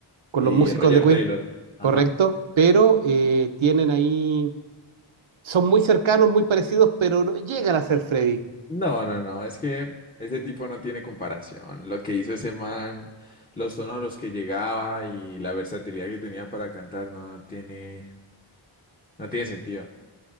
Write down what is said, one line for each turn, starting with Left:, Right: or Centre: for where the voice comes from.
Right: con
Left: y
Right: los músicos
Left: Roger
Right: de Queen,
Left: Taylor. Ajá.
Right: correcto, pero eh, tienen ahí, son muy cercanos, muy parecidos, pero no llegan a ser Freddy.
Left: No, no, no, es que ese tipo no tiene comparación. Lo que hizo ese man, los tonos a los que llegaba y la versatilidad que tenía para cantar no, no tiene, no tiene sentido.